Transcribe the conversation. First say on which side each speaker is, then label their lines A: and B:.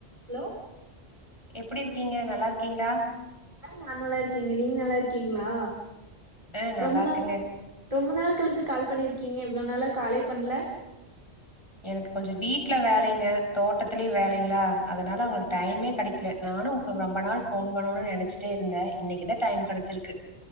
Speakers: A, on the right; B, on the left.
A: Hello
B: எப்புடி இருக்கீங்க நல்லா இருக்கீங்ளா
A: நா நல்லா இருக்கே நீங்க நல்லா இருக்கீங்ளா
B: ஆ நல்லா
A: ரொம்ப
B: இருக்கேங்க.
A: நாள் ரொம்ப நாள் கழிச்சு கால் பண்ணிருக்கீங்க இவ்ளோ நாளா காலே பண்ல
B: எனக்கு கொஞ்சோ வீட்ல வேலைங்க தோட்டத்திலயு வேலைங்ளா அதனால அவங்களுக்கு டைமே கெடைக் ட்ல நானு ரொம்ப நாள் போன் பண்ணுனு நெனச்சிட்டே இருந்தே இன்னைக்குதா டைம் கெடச்சிருக்கு